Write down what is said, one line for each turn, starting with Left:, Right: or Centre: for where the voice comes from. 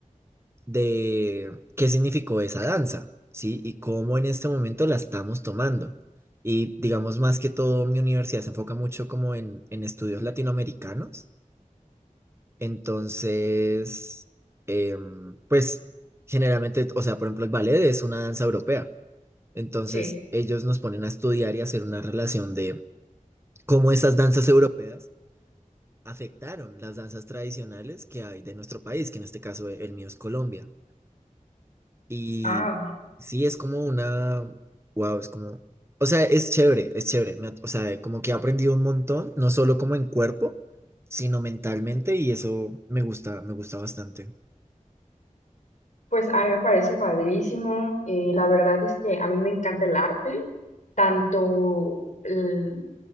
Right: de qué significó esa danza, ¿sí? Y cómo en este momento la estamos tomando. Y digamos más que todo, mi universidad se enfoca mucho como en en estudios latinoamericanos Entonces, em, pues generalmente, o sea, por ejemplo, el ballet es una danza europea. Entonces,
Left: sí.
Right: ellos nos ponen a estudiar y hacer una relación de cómo esas danzas europeas afectaron las danzas tradicionales que hay de nuestro país, que en este caso el mío es Colombia. Y
Left: Ah,
Right: sí, es como una, wow, es como, o sea, es chévere, es chévere. Me ha- o sea, como que he aprendido un montón, no solo como en cuerpo, sino mentalmente, y eso me gusta, me gusta bastante.
Left: pues a mí me parece padrísimo. Eh, la verdad es que a mí me encanta el arte, tanto el-